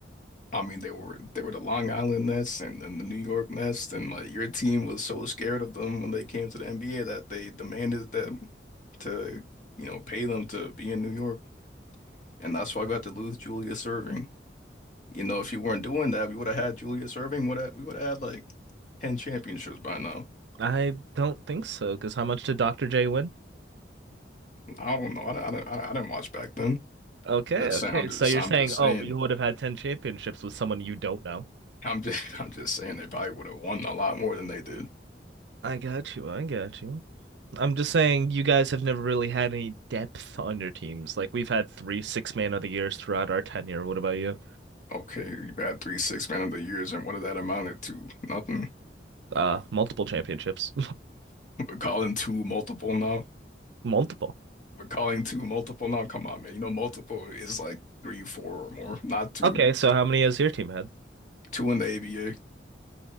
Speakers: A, on the left; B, on the right.
A: I mean, they were they were the Long Island Nets and then the New York Nets, and like your team was so scared of them when they came to the NBA that they demanded them to, you know, pay them to be in New York, and that's why we had to lose Julius Irving. You know, if you weren't doing that, we would have had Julius Irving. Would we would have had like ten championships by now.
B: I don't think so, because how much did Dr. J win?
A: I don't know. I don't, I don't, I didn't watch back then.
B: Okay,
A: Just
B: okay.
A: saying. I'm just
B: So you're
A: I'm
B: saying,
A: just saying.
B: oh, we would have had 10 championships with someone you don't know.
A: I'm just <laughs> I'm just saying they probably would have won a lot more than they did.
B: I got you. I got you. I'm just saying you guys have never really had any depth on your teams. Like we've had three six man of the years throughout our tenure. What about you?
A: Okay, you had three six man of the years, and what did that amounted to? Nothing.
B: Uh multiple championships.
A: We're calling two multiple now.
B: <laughs> multiple.
A: We're calling two multiple now. Come on, man. You know, multiple is like three, four or more, not two.
B: Okay, so how many has your team had?
A: Two in the ABA.